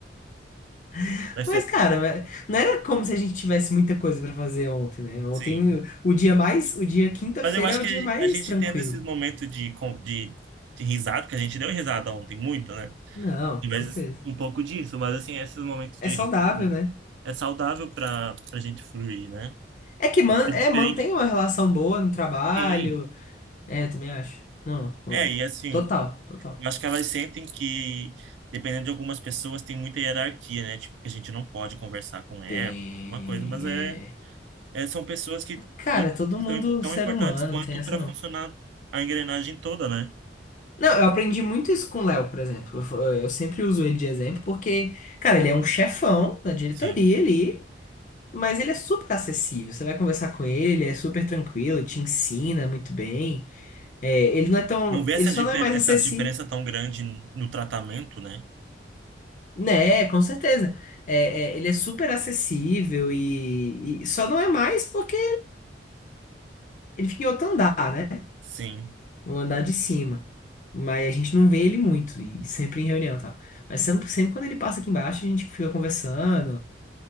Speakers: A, on the left; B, on the right.
A: <laughs>
B: Vai ser.
A: Mas, cara, mas não era como se a gente tivesse muita coisa pra fazer ontem, né? Ontem,
B: Sim.
A: o dia mais, o dia quinta-feira
B: Mas eu acho
A: é o
B: que
A: dia mais
B: a gente
A: tranquilo.
B: tendo esses momentos de, con- de, de risada, que a gente deu risada ontem muito, né?
A: Não, com
B: Mas
A: certeza.
B: um pouco disso, mas assim, esses momentos
A: É
B: de
A: saudável,
B: risada
A: né?
B: é saudável para pra gente fruir, né?
A: É que man,
B: É diferente
A: é, mantém
B: de
A: uma relação boa no trabalho.
B: quem.
A: É, eu também acho. Não, com-
B: É, e assim,
A: total, total.
B: eu acho que elas sentem que, dependendo de algumas pessoas, tem muita hierarquia, né? Tipo, que a gente não pode conversar com ela,
A: Tem.
B: alguma coisa, mas é,
A: É...
B: é são pessoas que,
A: Cara,
B: que
A: é todo mundo
B: são tão
A: ser
B: importantes
A: humano,
B: quanto
A: não tem essa
B: para
A: não.
B: funcionar a engrenagem toda, né?
A: Não, eu aprendi muito isso com o Léo, por exemplo. Eu, fa- eu sempre uso ele de exemplo porque, cara, ele é um chefão da diretoria
B: Sim.
A: ali, mas ele é super acessível. Você vai conversar com ele, ele é super tranquilo, te ensina muito bem. É, ele não é tão.
B: Não vê essa,
A: Ele só
B: difer
A: não é mais
B: essa
A: acessível.
B: diferença tão grande no tratamento, né?
A: Né, com certeza. É, é, ele é super acessível e, e só não é mais porque ele fica em outro andar, né?
B: Sim,
A: O andar de cima. Mas a gente não vê ele muito e sempre em reunião, e tal. Mas sempre, sempre quando ele passa aqui embaixo, a gente fica conversando